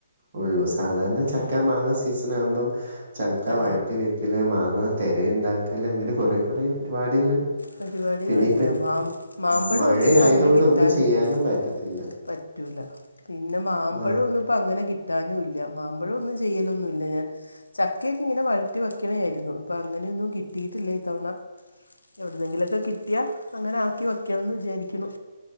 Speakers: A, on the right (about 45°); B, on the left (about 75°).
A: ഉള്ളൂ സാധാരണ ചക്ക മാങ്ങ സീസൺ ആകുമ്പം - ചക്ക
B: ആ
A: വഴറ്റി വെക്കല് മാങ്ങ തെര ഉണ്ടാക്കല് അങ്ങനെ കൊറേ കൊറേ പരിപാടികള്-
B: പരിപാടികളുണ്ട്
A: പിന്നെ ഇപ്പ
B: മാം മാമ്പഴം
A: മഴ
B: ഒന്നും ഇപ്പ
A: ആയതുകൊണ്ട്
B: അങ്ങനെ കിട്ടാനില്ല
A: ഒന്നും ചെയ്യാനും പറ്റത്തില്ല
B: പറ്റൂല പിന്നെ മാമ്പഴം
A: ആ
B: ഒന്നും ഇപ്പ അങ്ങനെ കിട്ടാനും ഇല്ല മാമ്പഴം ഒന്നും ചെയ്യലൊന്നുയില്ല ഞാൻ ചക്കൊക്കെ ഇങ്ങനെ- <unintelligible> വെക്കണായിരുന്നു ഇപ്പൊ അങ്ങനെയൊന്നും കിട്ടിയിട്ടില്ല ഇത്തവണ എവിടെന്നെങ്കിലൊക്കെ കിട്ടിയാ അങ്ങനെ ആക്കി വയ്ക്കണന്ന് വിചാരിക്കുന്നു